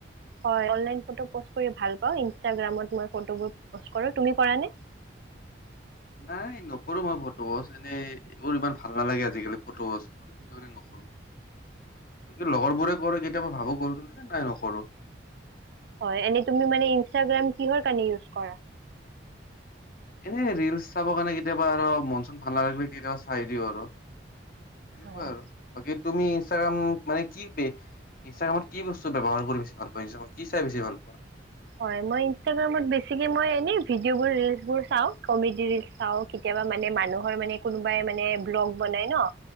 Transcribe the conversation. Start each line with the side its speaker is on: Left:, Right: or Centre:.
Right: হয় অনলাইন ফটো পোষ্ট কৰি ভাল পাওঁ। ইনষ্টাগ্ৰামত মই ফটোবোৰ পোষ্ট কৰো তুমি কৰা নে?
Left: নাই নকৰো মই ফটো পোষ্ট। এনেই এইবোৰ ইমান ভাল নালাগে আজিকালি ফটো পোষ্ট কৰি। সেইটো কাৰণে নকৰো বাকী লগৰবোৰে কৰে কেতিয়াবা ভাবো কৰো কিন্তু নাই নকৰো।
Right: হয় এনে তুমি মানে ইনষ্টাগ্ৰাম কিহৰ কাৰণে ইউজ কৰা?
Left: এনে ৰিলচ চাব কাৰণে কেতিয়াবা আৰু মন চন ভাল নালাগিলে কেতিয়াবা চাই দিওঁ আৰু। সেনেকুৱা
Right: হয়
Left: আৰু বাকী তুমি ইনষ্টাগ্ৰাম মানে কি <unintelligible> ইনষ্টাগ্ৰামত কি বস্তু ব্যৱহাৰ কৰি বেছি ভাল পোৱা ইনষ্টাগ্ৰামত কি চাই বেছি ভাল পোৱা?
Right: হয় মই ইনষ্টাগ্ৰামত বেছিকে মই এনেই ভিডিঅ' বোৰ ৰিলচ বোৰ চাও কমেডি ৰিলচ চাও কেতিয়াবা মানে মানুহৰ মানে কোনোবাই মানে ব্লগ বনাই ন